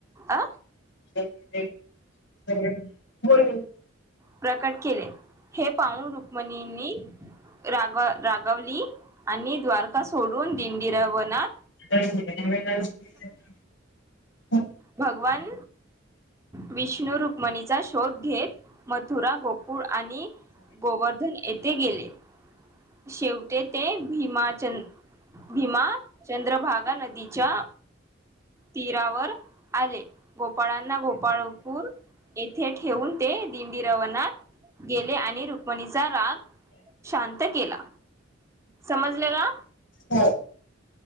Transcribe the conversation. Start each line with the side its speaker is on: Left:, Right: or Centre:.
Right: अ
Left: <unintelligible>
Right: प्रकट केले हे पावून रुक्मणीनी रागव राग गवली आणि द्वारका सोडून दिंडीरवनात.
Left: <inaudible> <unintelligible> हो
Right: भगवान विष्णु रुक्मणीचा शोद घेत मथुरा गोप कूळ आणि गोवर्धन येथे गेले. शेवटे ते भीमाचंद. भीमा चंद्रभागा नदीच्या तीरावर. आले गोपाळांना गोपाळपूर येथे ठेवून ते दिंडी रवनात. गेले आणि रुक्मणीचा राग शांत केला. समजल का.
Left: हो.